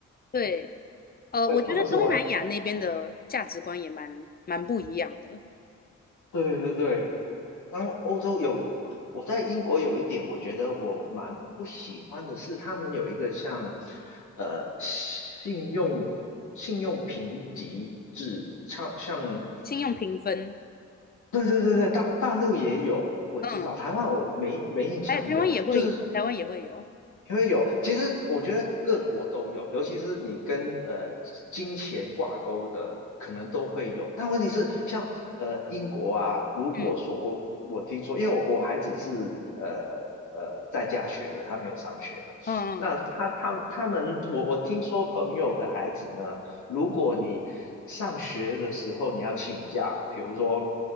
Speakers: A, on the left; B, on the left.
A: 对，呃，
B: 对，
A: 我觉得东南亚那边的价值观也蛮蛮不一样的，
B: 他们是完全对对对。然后欧洲有，啊我在英国有一点，我觉得我蛮不喜欢的是，他们有一个像呃信用信用评级制，像像
A: 信用评分，
B: 对对对对，大大陆也有，我知道，
A: 嗯，
B: 台湾我没没印象有，
A: 还有台湾也会有，
B: 就是
A: 台湾也会有，
B: 因为有，其实我觉得各国都有，尤其是你跟呃金钱挂钩的，可能都会有。但问题是，像呃英国啊，如果说我我听说，
A: 嗯
B: 因为我我还只是呃呃在家学的，他没有上学的。
A: 嗯
B: 那他他他们，我我听说朋友的孩子呢。如果你上学的时候你要请假，比如说